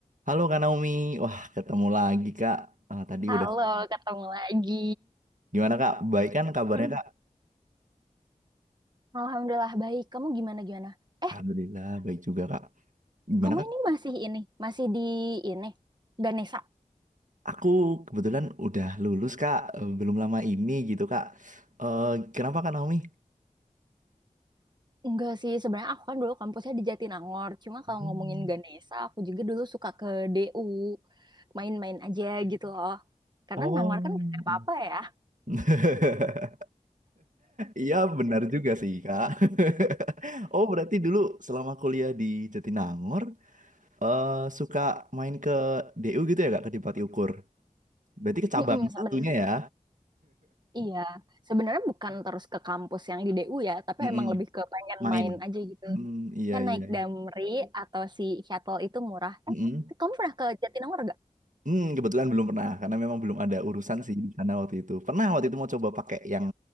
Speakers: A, on the right; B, on the right.
A: Halo Kak Naomi, wah ketemu lagi Kak. Ah, tadi
B: Halo,
A: udah
B: ketemu lagi.
A: gimana Kak? Baik kan kabarnya
B: Hmm,
A: Kak?
B: Alhamdulillah baik. Kamu gimana gimana? Eh,
A: Alhamdulillah baik juga Kak. Gimana
B: kamu
A: Kak?
B: ini masih ini, masih di ini Ganesha?
A: Aku kebetulan udah lulus Kak, eh, belum lama ini gitu Kak. Eh, kenapa Kak Naomi?
B: Enggak sih, sebenarnya aku kan dulu kampusnya di Jatinangor. Cuma kalau
A: Hmm.
B: ngomongin Ganesha, aku juga dulu suka ke DU, main-main aja gitu loh. Karena
A: Oh,
B: Nangor kan gak ada apa-apa
A: iya
B: ya.
A: <laughs> Iya benar juga sih Kak. <laughs> Oh berarti dulu selama kuliah di Jatinangor, eh, suka main ke DU gitu ya Kak, ke Dipati Ukur. Berarti ke
B: Mm-mm,
A: cabang
B: sebenarnya.
A: satunya ya?
B: Iya, sebenarnya bukan terus ke kampus yang di DU ya, tapi
A: Mm-mm,
B: emang lebih ke pengen
A: main.
B: main aja gitu.
A: Hmm, iya
B: Kan naik
A: iya.
B: Damri atau si shuttle itu murah.
A: Mm-mm.
B: Eh, kamu pernah ke Jatinangor
A: Hmm, kebetulan belum pernah karena memang belum ada urusan sih di sana waktu itu. Pernah waktu itu mau coba pakai yang